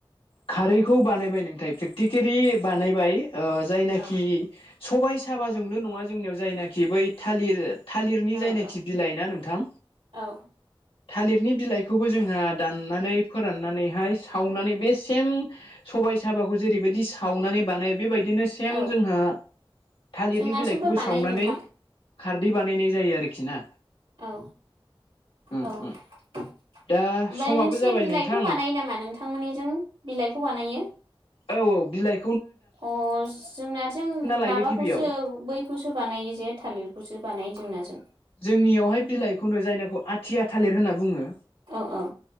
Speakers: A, on the left; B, on the right.
A: खारैखौ बानायबाय नोंथाय प्रेक्टिकेलि बानायबाय ओ जायनाखि
B: औ
A: सबाइ साबाजोंल' नङा जोंनियाव जायनाखि बै थालिर थालिरनि
B: औ
A: जायनाखि
B: औ
A: बिलाइ ना नोंथां
B: औ
A: थालिर नि बिलाइखौबो जोंहा दाननानै फोराननानैहाय सावनानै बे सेम सबाइ थाबाखौ जेरैबायदि सावनानै बानायो बेबायदिनो सेम
B: औ
A: जोंहा थालिरनि
B: जोंनाथिंबो
A: बिलाइखौबो
B: बानायो
A: सावनानै
B: नोंथां
A: खारदै बानायनाय जायो आरोखि ना।
B: औ
A: उम
B: औ ओमफ्राय
A: उम दा समाबो
B: नोंसिनि
A: जाबाय
B: बिलाइखौ
A: नोंथां
B: बानायो नामा नोंथांमोननिजों बिलाइखौ बानायो
A: औ औ बिलाइ
B: अ जोंना जों
A: लायो
B: माबाखौसो
A: गिबियाव
B: बैखौसो बानायो जे थालिरखौसो। बानाय जोंनाजों
A: जोंनियावहाय बिलाइखौनो जायनाखौ आथिया थालिर होनना बुङो।
B: औ औ